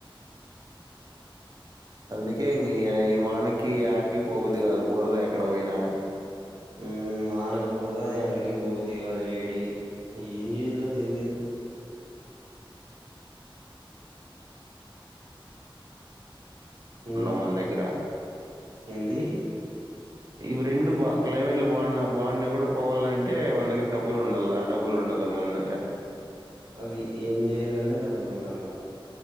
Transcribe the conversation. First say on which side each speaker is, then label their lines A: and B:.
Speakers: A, on the right; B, on the right.
A: అందుకే ఇంగ ఈ వానకి యాడికి పోబుద్ది కాదు బోరలో ఎక్కడ పోయినా
B: ఉమ్ వానకి బుడదా ఎండకి పోబుద్ది కాదు వేడి ఏం చేయాలో తెలిదు ఇంగా
A: ఉన్న మందగ్గర
B: ఏంది
A: ఇవి రెండు బా క్లైమేట్లు బాగున్నా బాగున్నాయి కూడా పోవాలి అంటే వాన దగ్గర డబ్బులు ఉండాల డబుల్ ఉండదు మంద
B: అది ఏం చేయాలన్న డబ్బులు ఉండాల